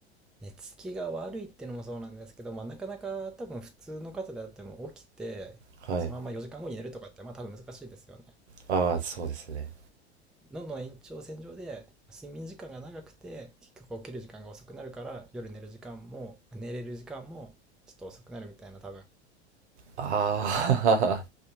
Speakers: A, in the centre; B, on the right (about 75°).
A: 寝つきが悪いってのもそうなんですけど、まあ、なかなか多分普通の方であっても起きて、
B: はい。
A: そのまま4時間後に寝るとかってまあ多分難しいですよね。
B: ああ、そうですね。
A: どんどん延長線上で睡眠時間が長くて結局起きる時間が遅くなるから夜寝る時間も寝れる時間もちょっと遅くなるみたいな多分
B: あ